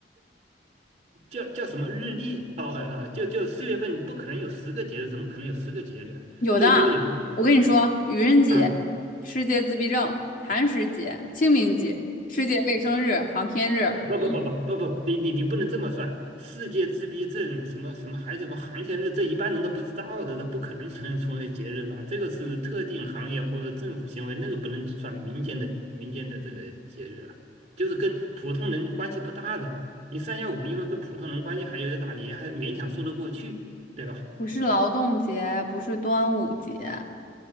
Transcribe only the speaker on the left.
有的。我跟你说，愚人节、
世界自闭症、寒食节、清明节、世界卫生日、航天日，
不
不是劳动节，不是端午节，